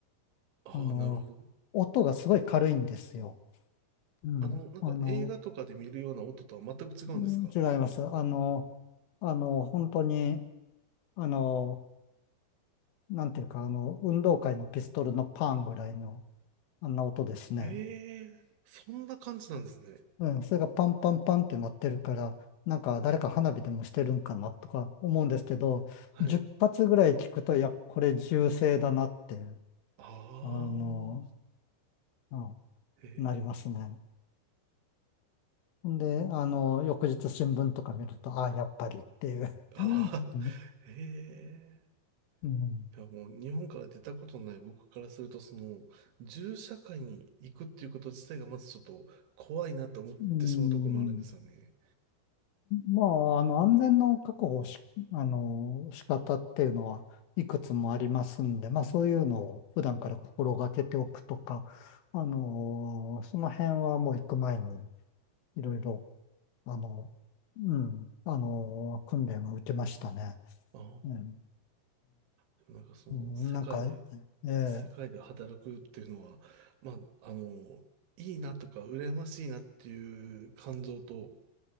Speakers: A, on the right; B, on the left.
A: ああ、
B: あの、
A: なるほど。
B: 音がすごい軽いんですよ。うん。
A: あの、なんか映画とかで見るような音とは全く違うんですか
B: あの、うん違います。あの、あの、本当に、あの、なんていうか、あの、運動会のピストルのパンぐらいの、あんな音ですね。
A: ええー、そんな感じなんですね。
B: うん、それがパンパンパンって鳴ってるから、なんか誰か花火でもしてるんかなとか思うんですけど、
A: はい。
B: 10発ぐらい聞くと、いや、これ銃声だなって、
A: ああ。
B: あの、うん
A: ええ
B: なりますね。ほんで、あの、翌日新聞とか見ると、ああ、やっぱりっていう。
A: あ
B: うん <laughs>
A: あ、ええ
B: うん
A: いやもう日本から出たことのない僕からすると、その、銃社会に行くっていうこと自体がまずちょっと怖いなって思ってしまうところもあるんですよね。
B: うん。まあ、あの、安全の確保をし、あの、仕方っていうのはいくつもありますんで、まあそういうのを普段から心がけておくとか、あの、その辺はもう行く前にいろいろ、あの、うん、あの、訓練は受けましたね。
A: ああ、
B: うん、
A: でもなんかその、
B: うん、
A: 世界で、
B: なんか、ええ、
A: 世界で働くっていうのは、まあ、あの、いいなとか、羨ましいなっていう感情と、